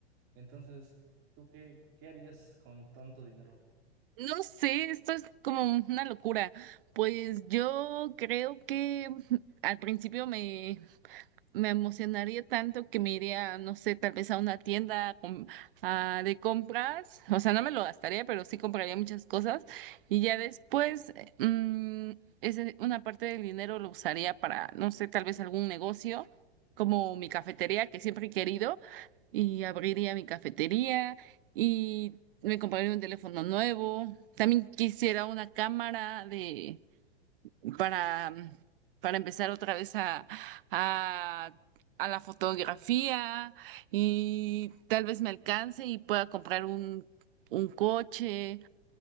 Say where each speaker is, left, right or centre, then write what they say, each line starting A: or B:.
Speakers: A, on the right (about 40°); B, on the right (about 55°).
A: entonces, ¿tú qué, qué harías con tanto dinero?
B: No sé, esto es como una locura. Pues yo creo que al principio me, me emocionaría tanto que me iría, no sé, tal vez a una tienda a com- a- de compras, o sea, no me lo gastaría, pero sí compraría muchas cosas y ya después eh, mm, ese, una parte del dinero lo usaría para, no sé, tal vez algún negocio como mi cafetería que siempre he querido y abriría mi cafetería y me compraría un teléfono nuevo. También quisiera una cámara de para, para empezar otra vez a, a, a la fotografía y tal vez me alcance y pueda comprar un, un coche.